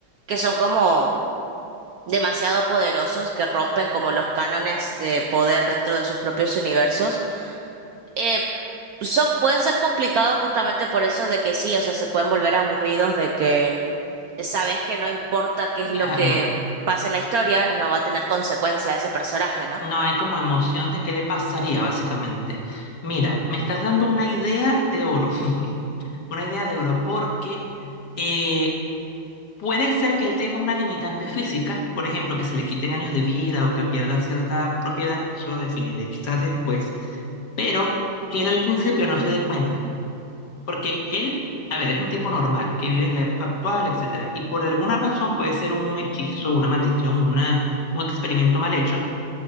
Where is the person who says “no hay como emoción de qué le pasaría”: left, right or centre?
Left